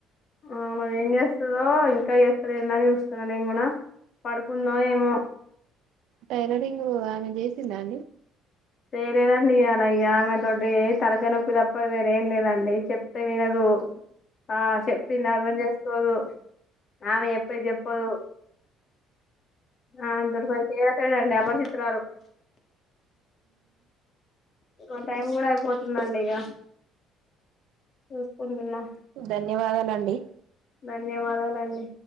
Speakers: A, on the left; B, on the right.
A: ఆమె ఏం చేస్తదో ఇంకా చేస్తలేందని చూస్తున్నా నేను కూడా పడుకుందో ఏమో
B: టైలరింగ్ ఆమె చేసిందాండి
A: చేయలేదండి ఇయ్యాల ఇక ఆమెతోటి తలకాయ నొప్పి తప్ప వేరేం లేదండి చెప్తే వినదు ఆ చెప్పింది అర్థం చేసుకోదు ఆమె చెప్పేది చెప్పదు అ తతాడండి వశిత్రారు <unintelligible> ఆ టైం గూడ అయిపోతుందండి ఇగ చూసుకుంటున్నా
B: ధన్యవాదాలండి
A: ధన్యవాదాలండి